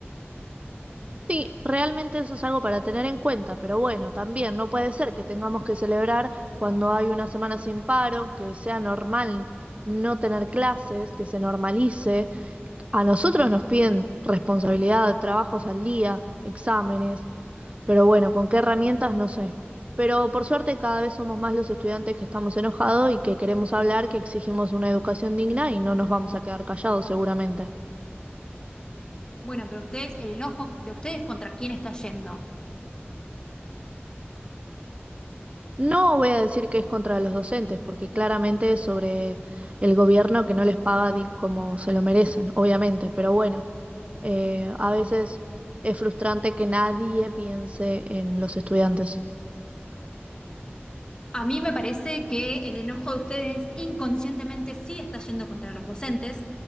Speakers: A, on the right; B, on the left.
A: Sí, realmente eso es algo para tener en cuenta, pero bueno, también no puede ser que tengamos que celebrar cuando hay una semana sin paro, que sea normal no tener clases, que se normalice. A nosotros nos piden responsabilidad, trabajos al día, exámenes, pero bueno, ¿con qué herramientas? No sé. Pero por suerte cada vez somos más los estudiantes que estamos enojados y que queremos hablar, que exigimos una educación digna y no nos vamos a quedar callados seguramente.
B: Bueno, pero ustedes, el enojo de ustedes contra quién está yendo.
A: No voy a decir que es contra los docentes, porque claramente es sobre el gobierno que no les paga di- como se lo merecen, obviamente, pero bueno, eh, a veces es frustrante que nadie piense en los estudiantes.
B: A mí me parece que el enojo de ustedes inconscientemente sí está yendo contra los docentes,